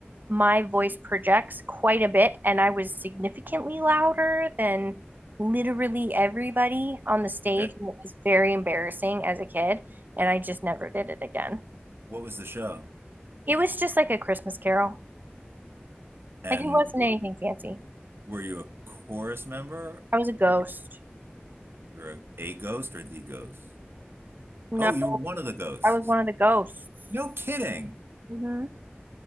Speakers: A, on the right (about 50°); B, on the right (about 70°).
A: my voice projects quite a bit, and I was significantly louder than literally everybody on the stage.
B: Yeah.
A: And it was very embarrassing as a kid, and I just never did it again.
B: What was the show?
A: It was just like a Christmas carol.
B: And
A: Like it wasn't
B: were
A: anything fancy.
B: were you a chorus member?
A: I was a ghost.
B: You were a, a ghost or the ghost?
A: No,
B: Oh, you were one of the ghosts.
A: I was one of the ghosts.
B: No kidding.
A: hmm